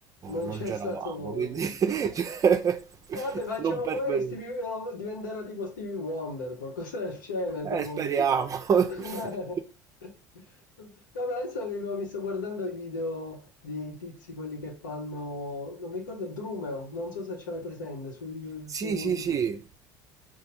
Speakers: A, on the left; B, on the right.
A: Non
B: non
A: c'è
B: c'eravamo,
A: stato
B: quindi <laughs> cioè,
A: E vabbè, facciamo
B: non pervenuti.
A: come Stevie- no, diventerà tipo Stevie Wonder, qualcosa del genere,
B: Eh,
A: tipo...
B: speriamo. <laughs>
A: <laughs> No, ma adesso che mi sto guardando i video dei tizi, quelli che fanno... Non mi ricordo, Drumeo, non so se ce l'hai presente su, You-
B: Sì,
A: su
B: sì,
A: YouTube.
B: sì.